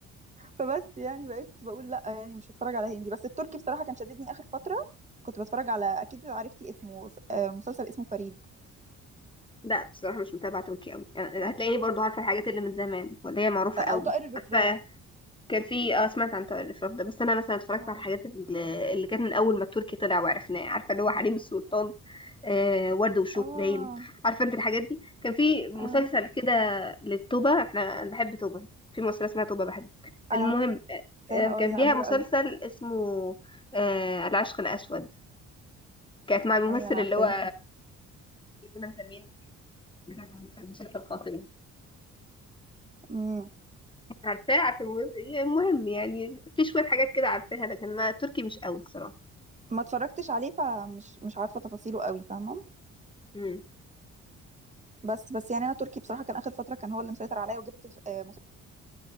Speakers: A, on the right; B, on the left.
A: فبس يعني بقيت بقول لأ يعني مش هتفرج على هندي بس التركي بصراحة كان شددني آخر فترة كنت بتفرج على أكيد عرفتي اسمه آه، مسلسل اسمه فريد
B: لا بصراحة مش متابعة تركي أوي يعني هتلاقيني برضو عارفة الحاجات اللي من زمان واللي هي معروفة
A: آه، أو
B: أوي
A: طائر الرفراف
B: عارفة كان في اه سمعت عن الإشراف ده بس أنا مثلا اتفرجت
A: هو
B: على الحاجات
A: ده
B: اللي اللي كانت من أول ما التركي طلع وعرفناه عارفة اللي هو حريم السلطان آه ورد وشوك
A: آه
B: باين عارفة أنت الحاجات دي كان في مسلسل
A: آه
B: كده للتوبة احنا أنا بحب توبة في مسلسل اسمها توبة بحب
A: أنا
B: المهم
A: عارفاها
B: آه آه، كان
A: اه دي
B: ليها
A: أمورة
B: مسلسل
A: قوي
B: اسمه آه العشق الأسود كانت مع الممثل
A: أيوة أنا عارفاها
B: اللي هو اللي كنا مسمينه بتاع المسلسل القاتل
A: امم
B: عارفاه عارفة المهم المهم يعني في شوية حاجات كده عارفاها لكن ما تركي مش قوي الصراحة
A: ما اتفرجتش عليه فمش مش عارفه تفاصيله قوي فاهمه
B: مم.
A: بس بس يعني انا تركي بصراحه كان اخر فتره كان هو اللي مسيطر عليا وجبت في آه، مسلسل